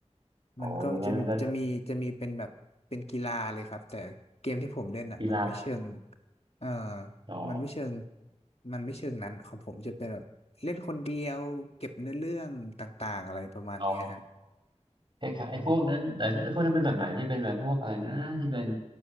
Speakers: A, on the left (about 60°); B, on the right (about 45°).
A: มันก็จะจะมีจะมีเป็นแบบเป็นกีฬาเลยครับแต่เกมที่ผมเล่นอ่ะมันไม่เชิง
B: อ๋ออย่างงั้นมันก็กีฬา
A: เอ่อ
B: ต่อ
A: มันไม่เชิงมันไม่เชิงนั้นของผมจะเป็นแบบเล่นคนเดียวเก็บเนื้อเรื่องต่างๆอะไรประมาณเนี้ยฮะ
B: ต่อ คล้ายๆไอ้พวกนั้นแต่พวกนั้นเป็นแบบไหนที่เป็นแบบพวกอะไรนะที่เป็น